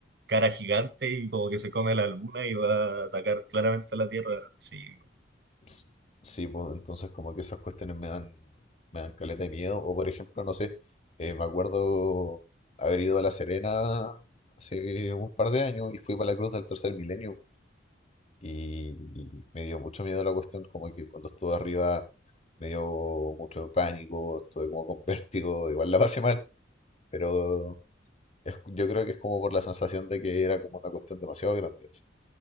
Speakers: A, on the right; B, on the left.
A: cara gigante y como que se come la luna y va a atacar claramente a la Tierra. Sí,
B: s- sí, pues, entonces como que esas cuestiones me dan, me dan caleta de miedo. O por ejemplo, no sé, eh, me acuerdo haber ido a La Serena hace un par de años y fui para la Cruz del Tercer Milenio. Y, y me dio mucho miedo la cuestión, como que cuando estuve arriba me dio mucho pánico, estuve como con <laughs> vértigo, igual la pasé mal, pero... es- yo creo que es como por la sensación de que era como una cuestión demasiado grande. así.